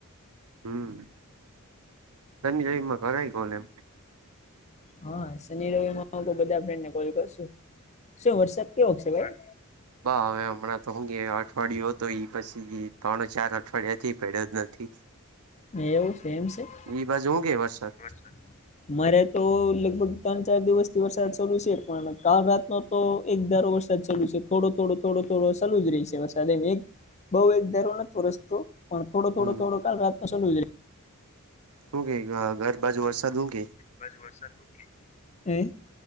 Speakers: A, on the right; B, on the left.
A: હમ શની જઈમાં ઘરાય કોલ એમ.
B: હા શનિ રવિમાંઈ બધા ફ્રેન્ડ ને કોલ કરશું. ક ઓ છે ભ
A: બ હવે હમણાં તો અંગ અઠવાડિયયો તો ઈ પછી ત્રણ ચાર અઠવાડિયાથી પેડે જ નથી. <inaudible>
B: એવું ફેમ છેવું
A: ઈ બાજુ હું કે વરસાદ
B: કે? મારે તો લગભગ ત્રણ ચાર દિવસથી વરસાદ શાલુ છે પણ કાલ રાતનો તો એક ધારો વરસાદ ચાલુ છે થોડો થોડો થોડો થોડો ચાલ જ રહીશે વરસાદ એમ એક બઉ એક ધારો નથી રસ્તો પણ થોડો થોડો
A: હમ
B: થોડો <unintelligible>
A: હું કે ઘર બાજુ વરસાદ હું કે
B: બસ વરસાદ શું કે હમ